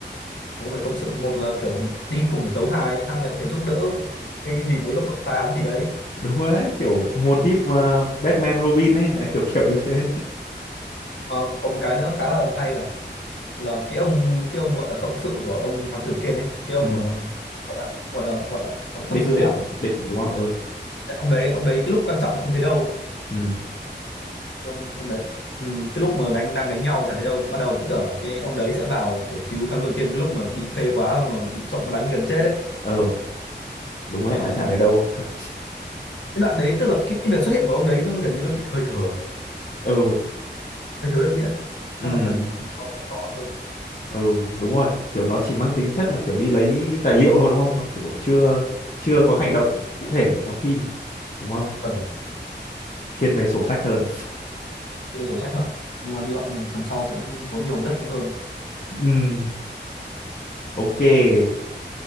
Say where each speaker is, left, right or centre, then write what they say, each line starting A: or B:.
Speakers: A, on the left; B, on the left.
A: có người cộng sự một là kiểu đi cùng để tấu hài hai là có thể giúp đỡ một cái gì đấy góc độ phá án gì đấy
B: đúng đấy kiểu mô típ mà Batman Robin ấy đấy kiểu <laughs> kiểu như thế
A: Ờ, còn một cái nữa khá là hay là là cái ông cái ông gọi là cộng sự của ông thám tử kia đấy cái ông
B: ừ.
A: mà gọi là gọi là gọi là, gọi là
B: định
A: cấp dưới
B: định
A: à
B: định đúng không ừ
A: Cái ông đấy ông đấy cái lúc quan trọng thì không thấy đâu
B: ừ
A: cái ông ông đấy ừ, cái lúc mà đánh đang đánh nhau chả thấy đâu ban đầu cứ tưởng là cái ông đấy sẽ vào kiểu cứu thám tử kia cái lúc mà bị phê quá mà bị trộm đánh gần chết ấy
B: ừ đúng đấy
A: xong
B: lại chả
A: rồi
B: thấy đâu thật
A: cái đoạn đấy tức là cái, cái việc xuất hiện của ông đấy nó gần như nó bị thời thừa
B: ừ
A: hơi thiếu đất diễn chắc
B: ừ
A: là phần phần sau sẽ có hơn
B: ừ đúng rồi kiểu nó chỉ mang tính chất là kiểu đi lấy tài liệu thôi đúng không nó kiểu chưa chưa có hành động cụ thể ở trong phim đúng không
A: phần
B: thiên về sổ sách hơn
A: nhiều sổ sách hơn nhưng mà hy vọng phần sau sẽ có nhiều đất hơn
B: ừ ok